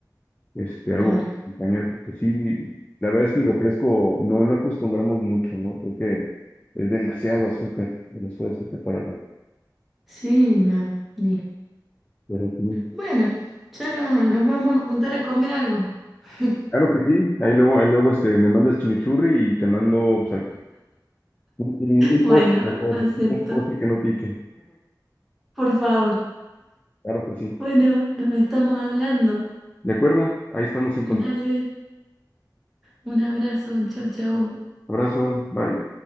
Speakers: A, on the left; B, in the centre.
A: este, algo
B: Claro.
A: compañero, porque sí, la verdad es que el refresco no lo acostumbramos mucho, ¿no? Creo que es demasiado azúcar, demasiado azúcar para la,
B: Sí, no. Ni
A: pero sí.
B: Bueno, ya no, nos vamos a juntar a comer algo. <laughs>
A: Claro que sí, ahí luego, ahí luego, este, me mandas chimichurri y te mando, pues, al- un, un- un
B: Bueno,
A: postre mejor,
B: acepto,
A: <laughs> un postre que no pique,
B: por favor.
A: claro que sí.
B: Bueno, nos estamos hablando.
A: De acuerdo, ahí estamos en contacto.
B: Dale, un abrazo, chau, chau.
A: Abrazo, bye.